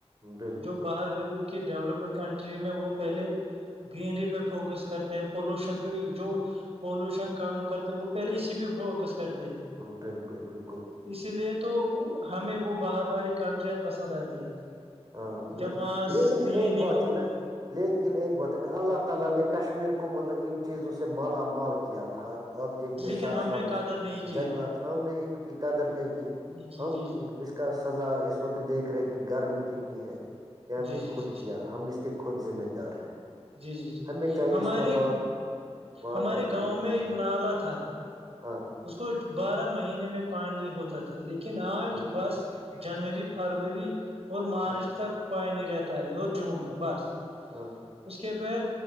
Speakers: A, on the right; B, on the right.
A: بالکل
B: جو باہر کی ڈیولپڈ کنٹری میں وہ پہلے گرینری پہ فوکس کرتے پولوشن پہ جو پولوشن کام کرتے وہ پہلے اسی پہ فوکس کرتے ہیں
A: بالکل بالکل
B: اسی لیے تو ہمیں وہ باہر والی کنٹریاں پسند آتی ہے
A: ہاں بالکل
B: جب وہاں
A: لیکن
B: کلیننگ
A: ایک بات
B: ہو
A: ہے نا لیکن ایک وطن اللہ تعالی نے کشمیر کو مطل ان چیزوں سے مالا مال کیا تھا میں نے اسی سے بات کی آپ دیک کےے
B: لیکن
A: سر
B: ہم نے
A: سبز
B: قدر نہیں کیا
A: جنگلات ہم نے ان کی قدر نہیں کی
B: نہیں کی
A: ہم
B: جی جی
A: کا سزا اس وقت دیکھ رہے کہ گرمی کتنی ہے یہ
B: جی
A: ہم نے
B: جی
A: خود
B: جی
A: کیا ہم اس کے خود ذمہ دار ہیں
B: جی جی جی
A: ہمیں چاہیے
B: ہمارے
A: اس پر بات بات
B: ہمارے
A: کر لینی
B: گاؤں میں
A: چاہیے
B: ایک نالا تھا
A: ہاں
B: اس کو بارہ مہینے میں پانی ہوتا تھا لیکن آج
A: بالکل
B: بس جنوری فروری اور مارچ
A: ہاں
B: تک پائی نہیں رہتا ہے اور جون تک بس
A: ہاں
B: اس کے بعد